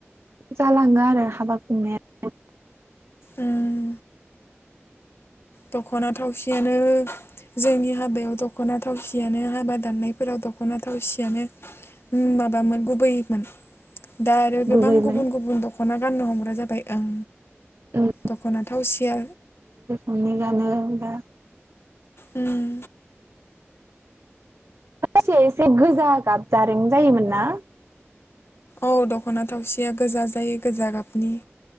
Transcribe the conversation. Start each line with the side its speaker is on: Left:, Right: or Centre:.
Right: जालाङो आरो हाबा खुंनाया
Left: ओम दख'ना थावसियानो जोंनि हाबायाव दख'ना थावसियानो हाबा दाननायफोराव दख'ना थावसियानो ओम माबामोन गुबैमोन दा आरो
Right: गुबैमोन
Left: गोबां गुबुन गुबुन दख'ना गाननो हमग्रा जाबाय ओं
Right: उम
Left: दख'ना थावसिया
Right: हनि गानो दा
Left: ओम
Right: थावसिया एसे गोजा गाब जारें जायोमोन ना?
Left: औ दख'ना थावसिया गोजा जायो गोजा गाबनि